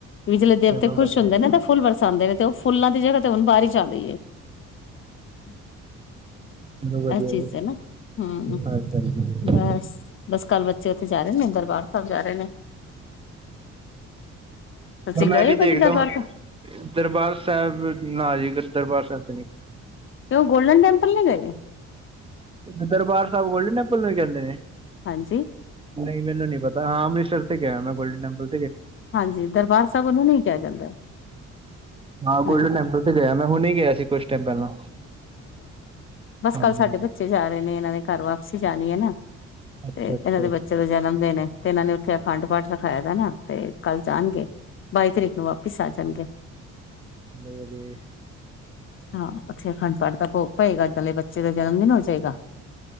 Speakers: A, on the left; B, on the right.
A: ਕਿ ਜ ਦੇਵਤੇ
B: ਚਲੋ
A: ਖੁਸ਼
B: ਵਧੀਆ
A: ਹੁੰਦੇ ਨਾ ਤਾਂ ਫੁੱਲ ਵਰਸਾਉਂਦੇ ਨੇ ਤੇ ਉਹ ਫੁੱਲਾਂ ਦੀ ਜਗ੍ਹਾ ਤੇ ਹੁਣ ਬਾਹਰ ਚ ਆ ਗਈ ਹੈ। <unintelligible>
B: ਚਲੋ ਵਧੀਆ
A: ਅੱਛਾ-ਅੱਛਾ,
B: ਜੀ
A: ਹੂੰ
B: ਹਾਂਜੀ ਹਾਂਜੀ
A: ਬਸ ਬਸ ਕੱਲ੍ਹ ਬੱਚੇ ਉੱਥੇ ਜਾ, ਜਾ ਰਹੇ ਨੇ ਦਰਬਾਰ ਸਾਹਿਬ ਜਾ ਰਹੇ ਨੇ, ਤੁਸੀਂ
B: ਮੈਂ
A: ਗਏ
B: ਵੀ
A: ਹੋ
B: ਦੇਖਦਾ
A: ਕਦੇ ਦਰਬਾਰ
B: ਵਾ
A: ਸਾਹਿਬ
B: ਦਰਬਾਰ ਸਾਹਿਬ ਨਾ ਜੀ, ਦਰਬਾਰ ਸਾਹਿਬ
A: ਕਿ ਉਹ ਗੋਲਡਨ ਟੈਮਪਲ ਨੇ ਗਈ। ਤੇ,
B: ਦਰਬਾਰ ਸਾਹਿਬ ਗੋਲਡਨ ਟੈਂਪਲ ਨੂੰ ਵੀ ਕਹਿੰਦੇ ਨੇ?
A: ਹਾਂਜੀ
B: ਨਹੀਂ ਮੈਨੂੰ ਨੀ ਪਤਾ। ਹਾਂ ਅੰਮ੍ਰਿਤਰ ਗਿਆ ਮੈਂ ਗੋਲਡ ਟੈਂਪਲ,
A: ਹਾਂਜੀ ਦਰਬਾਰ ਸਾਹਿਬ ਉਹਨੂੰ ਨੀ ਕਿਹਾ ਜਾਂਦਾ
B: ਹਾਂ ਗੋਲਡਨ
A: ਹਾਂਜੀ
B: ਟੈਂਪਲ ਤੇ ਗਿਆ ਮੈਂ ਹੁਣੇ, ਗਿਆ ਸੀ ਕੁਛ ਟਾਈਮ ਪਹਿਲਾਂ, ਹਾਂਜੀ
A: ਕੱਲ੍ਹ ਸਾਡੇ
B: ਹਾਂਜੀ
A: ਬੱਚੇ ਜਾ ਰਹੇ ਨੇ ਇਹਨਾਂ ਦੇ ਘਰ ਵਾਪਸ, ਅਸੀਂ ਜਾਣੀ ਐ ਨਾ,
B: ਅੱਛਾ
A: ਤੇ
B: ਅੱਛਾ
A: ਇਹਨਾਂ ਦੇ ਬੱਚੇ ਦਾ ਜਨਮ ਦਿਨ ਐ। ਤੇ ਇਹਨਾਂ ਨੇ ਉੱਥੇ ਅਖੰਡ ਪਾਠ ਰਖਾਇਆ ਦਾ ਨਾ ਤੇ ਕੱਲ ਜਾਣਗੇ ਬਾਈ ਤਰੀਕ ਨੂੰ ਵਾਪਿਸ ਆ ਜਾਣਗੇ।
B: ਬਹੁਤ ਵਧੀਆ,
A: ਹਾਂ ਅੱਛਾ, ਫੇਰ ਅਖੰਡ ਪਾਠ ਦਾ ਭੋਗ ਪਏਗਾ ਚੇ ਬੱਚੇ ਦਾ ਜਨਮ ਦਿਨ ਹੋ ਜਾਏਗਾ।